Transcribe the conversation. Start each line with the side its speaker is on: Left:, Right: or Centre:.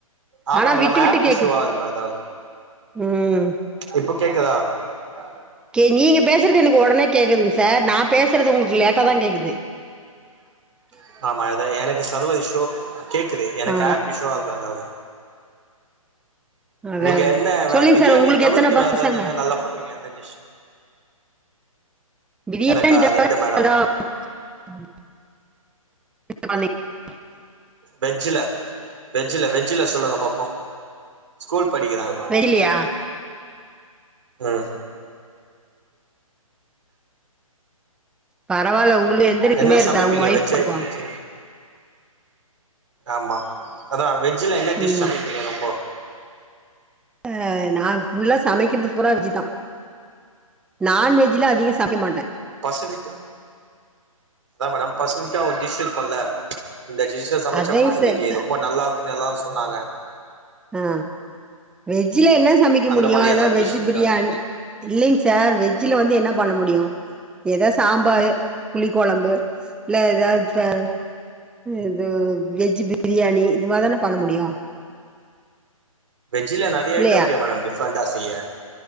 Right: ஆம்மா
Centre: ஆனா
Right: மேடம்
Centre: விட்டு விட்டு
Right: ஆப்
Centre: கேக்குது
Right: இஷ்யூவாருக்கு எதாவ்து
Centre: ம்
Right: இப்போ கேக்குதா தா
Centre: கே நீங்க பேசுற்து எனக் ஒடனே கேக்குதுங் சார் நா பேசற்து உங்குளுக் லேட்டாதாங்கேக்குது
Right: <unintelligible> ஆம்மா அதா எனக்கு சர்வது இஷ்யு கேக்குது எனக்
Centre: ஆ
Right: ஆப் இஷ்யு ஆ இர்க்கு எதாவ்து
Centre: அதா
Right: <unintelligible> நீங்க
Centre: அதா
Right: என்ன வ
Centre: சொல்லுங்க
Right: பிரியாணி
Centre: சார் உங்களுக்கு
Right: தவிர்த்து
Centre: எத்தன பசங்க
Right: வேதாவ்து என்ன நல்லா பண்ணுவீங்க எந்த டிஷ்
Centre: பிரியாணி
Right: எனக்கா
Centre: தவற
Right: ரெண்டு மேடம்
Centre: எதூ <unintelligible>
Right: வெஜ்ஜுல வெஜ்ஜுல்ல வெஜ்ஜுல்ல சொல்லுங்க பாப்போ ஸ்கூல் படிக்குதாங்க அ
Centre: வெளிலயா
Right: ம்
Centre: பரவால்ல உங்களுக்கு எந்த ரிஸ்க்குமே
Right: என்ன
Centre: இருக்காது
Right: சமைப்பீங்க
Centre: உங்க ஒய்ஃப்
Right: வெஜ்
Centre: பண்ணுவாங்க
Right: வெஜ் ஆம்மா அதா வெஜ்ல என்ன டிஷ்
Centre: ம்
Right: சமைப்பீங்க ரொம்போ
Centre: ஆ நா ஃபுல்லா சமைக்கிற்துபூரா விஜ்ஜிதா நான்வெஜ்ல்ல அதிக சமக்க மாட்டே
Right: பசிஃபிக் அத்தா மேடம் பசிபிக்கா ஒரு டிஷ் இருக்குல்ல இந்த டிஷ் த்துஸசமைச்சப்பா
Centre: அதையு
Right: இன்னிக்கு
Centre: சரி ச
Right: ரொம்ப நல்லா இருக்குன்னு எல்லாரு சொன்னாங்க
Centre: ஆ வெஜ்ஜில என்ன சமக்க
Right: அந்த
Centre: முடியு
Right: மாரி
Centre: எத
Right: ஏதாவது டிஷ்
Centre: வெஜ்ஜுபிரியாணி
Right: இருக்கா
Centre: இல்லிங் சார் வெஜ்ஜுல வந்து என்ன பண்ணமுடியு ஏதாவ் சாம்பாரு புளி கொழம்பு இல்ல ஏதாவ்து இது வெஜ்ஜு பிரியாணி இது மாதிரிதன பண்ண முடியு
Right: வெஜ்ஜுல நறிய
Centre: இல்லையா
Right: ஐட்டம்இருக்கே மேடம் டிஃப்ரெண்டா செய்ய